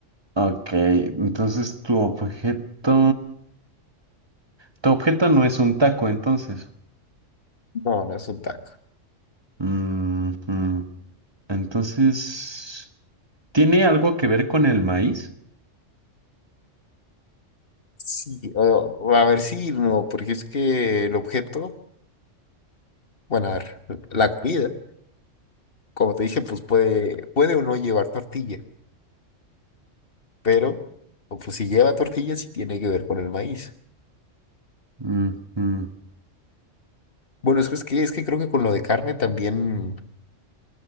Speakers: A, on the right; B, on the left.
A: ok, entonces tu objeto, tu objeto no es un taco, entonces.
B: No, no es un taco.
A: Mm, mm. Entonces, ¿tiene algo que ver con el maíz?
B: Sí, o, o a ver si no, porque es que el objeto, bueno, a ver, la comida, como te dije, pues puede, puede o no llevar tortilla, pero o pues si lleva tortilla, sí tiene que ver con el maíz.
A: Mm, mm.
B: Bueno, es que, es que, es que creo que con lo de carne también